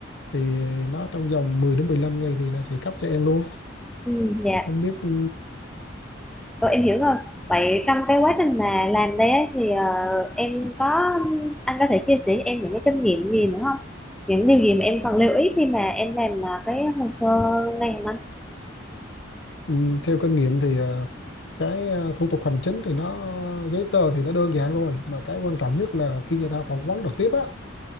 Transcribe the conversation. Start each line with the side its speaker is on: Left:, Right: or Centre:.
Left: thì nó trong vòng 10 đến 15 ngày thì nó sẽ cấp cho em luôn
Centre: ừ, dạ
Left: không biết ừ,
Centre: Ừ, em hiểu rồi. Vậy trong cái quá trình mà làm đây ấy, thì ờ, em có anh có thể chia sẻ cho em những cái kinh nghiệm gì nữa không? Những điều gì mà em cần lưu ý khi mà em làm ờ, cái hồ sơ này không anh?
Left: Ừ, theo kinh nghiệm thì ờ, cái ờ, thủ tục hành chính thì nó giấy tờ thì nó đơn giản rồi mà cái quan trọng nhất là khi người ta phỏng vấn trực tiếp á